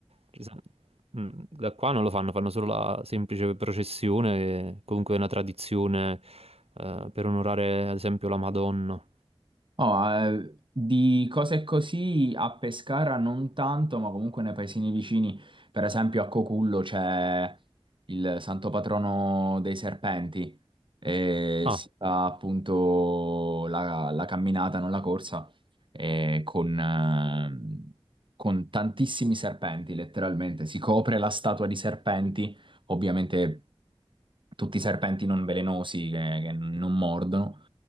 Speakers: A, on the right (about 85°); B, on the right (about 55°).
A: Ci sa- mh, Da qua non lo fanno, fanno solo la semplice processione, e comunque è una tradizione eh, per onorare ad esempio la Madonna.
B: Oh, eh, di cose così a Pescara non tanto, ma comunque nei paesini vicini, per esempio a Cocullo c'è il santo patrono dei serpenti e
A: Ah,
B: si fa appunto la, la camminata, non la corsa, e con, eh, con tantissimi serpenti, letteralmente. Si copre la statua di serpenti, ovviamente tutti i serpenti non velenosi che, che non mordono.